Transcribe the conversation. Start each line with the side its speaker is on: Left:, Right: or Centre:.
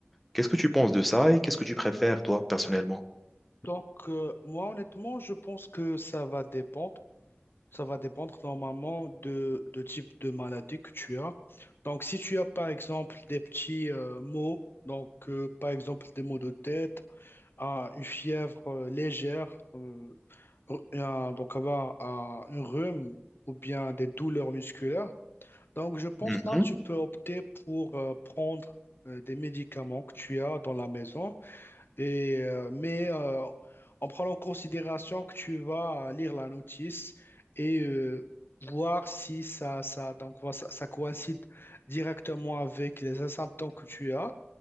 Centre: Qu'est-ce que tu penses de ça et qu'est-ce que tu préfères, toi, personnellement?
Left: Donc, euh, moi, honnêtement, je pense que ça va dépendre. Ça va dépendre normalement de, de type de maladie que tu as. Donc, si tu as, par exemple, des petits euh, maux, donc, euh, par exemple, des maux de tête, ah, une fièvre euh, légère, euh, un- donc avoir ah, un rhume ou bien des douleurs musculaires, donc, je pense
Centre: Mhm,
Left: là, tu peux opter pour euh, prendre euh, des médicaments que tu as dans la maison. Et, euh, mais euh, en prenant en considération que tu vas lire la notice et euh, voir si ça, ça, donc, voilà, ça, ça coïncide directement avec les symptômes que tu as